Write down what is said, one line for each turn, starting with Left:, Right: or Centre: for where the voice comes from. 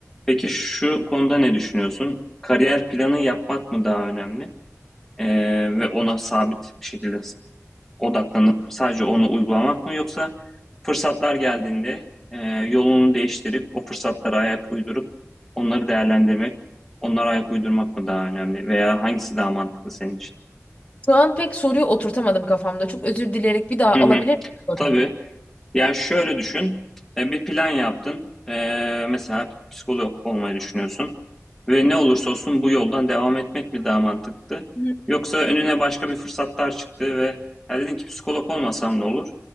Centre: Peki şu konuda ne düşünüyorsun? Kariyer planı yapmak mı daha önemli? Ee, ve ona sabit bir şekilde odaklanıp sadece onu uygulamak mı yoksa fırsatlar geldiğinde e, yolunu değiştirip o fırsatlara ayak uydurup onları değerlendirmek, onlara ayak uydurmak mı daha önemli veya hangisi daha mantıklı senin için?
Left: Şu an pek soruyu oturtamadım kafamda. Çok özür dileyerek bir daha
Centre: Hı
Left: alabilir
Centre: hı.
Left: miyim soruyu?
Centre: Tabii. Ya şöyle düşün, e, bir plan yaptın, E, mesela psikolog olmayı düşünüyorsun ve ne olursa olsun bu yoldan devam etmek mi daha mantıklı?
Left: Hı.
Centre: Yoksa önüne başka bir fırsatlar çıktı ve ya dedin ki psikolog olmasam ne olur?